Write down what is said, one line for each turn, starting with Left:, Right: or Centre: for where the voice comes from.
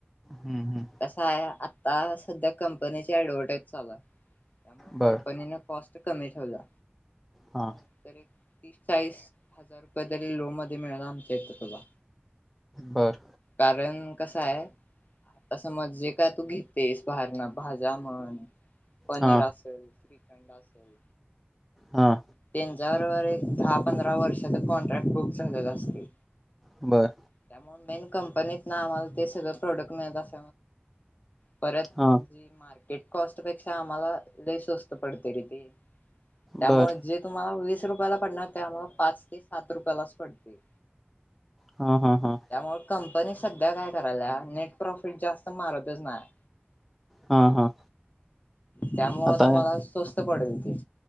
Centre: हम्म हम्!
Left: कस आहे आता सध्या कंपनीची ऍडव्हर्टाईज चालू आहे त्यामुळे
Centre: बर
Left: कंपनीन. कॉस्ट कमी ठेवल्या.
Centre: हा!
Left: तर एक तीस चाळीस हजार रुपये तरी लोन मध्ये मिळेल आमच्या इथे तुला.
Centre: बर!
Left: कारण! कस आहे आता समज काय तू घेतेस बाहेर न भाज्या म्हण. पनीर
Centre: हा
Left: असेल श्रीखंड असेल.
Centre: हा!
Left: त्यांच्याबरोबर एक दहा पंधरा वर्षाचा चा कॉन्ट्रॅक्ट बुक झाल्याला असते.
Centre: बरं!
Left: त्यामुळ मेन कंपनीत न आम्हाला ते सगळं प्रोडक्ट मिळत अस. परत
Centre: हा
Left: जे मार्ट. किट कॉस्ट पेक्षा आम्हाला लय स्वस्थ पडते रे ते त्यामुळ
Centre: बर
Left: जे. तुम्हाला वीस रुपयाला पडणार ते आम्हाला पाच ते सात रुपयालाच पडते.
Centre: हा हा हा!
Left: त्यामुळं कंपनी सध्या काय करायला नेट प्रॉफिट जास्त मारतच नाय.
Centre: हा हा!
Left: त्यामुळं
Centre: आता
Left: तुम्हाला स्वस्त पडेल ते.